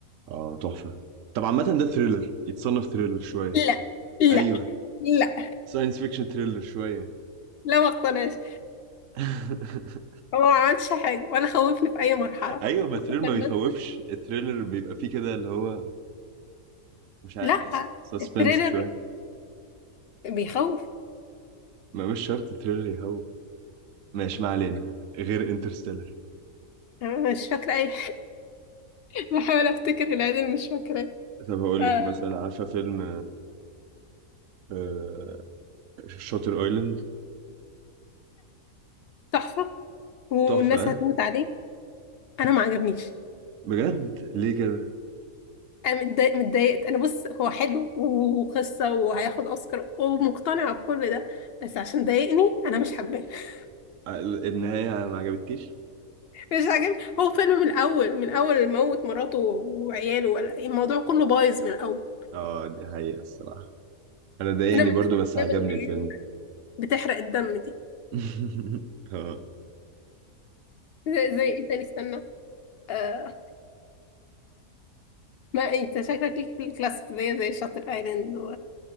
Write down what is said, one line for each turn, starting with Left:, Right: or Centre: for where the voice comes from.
Right: اه تحفة طب عامة ده ثريلر يتصنف ثريلر شوية
Left: لا لا
Right: ايوه
Left: لا
Right: ساينس فيكشن ثريلر شوية
Left: لا ما اقتنعش
Right: <laughs>
Left: هو ما عملش حاجه ولا خوفني في اي مرحله <laughs>
Right: ايوه ما
Left: كله
Right: الثريلر ما
Left: كان
Right: بيخوفش
Left: بس
Right: الثريلر بيبقى فيه كده اللي هو مش عارف
Left: لا
Right: سسبنس
Left: التريلر
Right: شوية
Left: بيخوف
Right: ما مش شرط الثريلر يخوف ماشي ما علينا غير انترستيلر
Left: أنا مش فاكره اي بحاول افتكر العيد اللي مش فاكراه
Right: طب هقول
Left: آه،
Right: لك مثلا عارفة فيلم آه، شاتر ايلاند
Left: تحفة والناس
Right: تحفة ها؟
Left: هتموت عليه انا ما عجبنيش
Right: بجد ليه كده؟
Left: انا متضايق متضايقت انا بص هو حلو وقصة وهياخد اوسكار ومقتنعة بكل ده بس عشان ضايقني انا مش حباه <laughs>
Right: آه، النهاية ما عجبتكيش؟
Left: مش عاجبني هو فيلم من الاول من اول موت مراته وعياله ولا الموضوع كله بايظ من الاول
Right: اه دي حقيقة الصراحة انا ضايقني
Left: انا ماليش
Right: برضو
Left: في الافلام
Right: بس عجبني
Left: اللي
Right: الفيلم
Left: هي بتحرق الدم دي
Right: <laughs> اه
Left: زي, زي ايه تاني استنى آه ما انت شكلك ليك في الكلاسيك زي زي شاتر ايلاند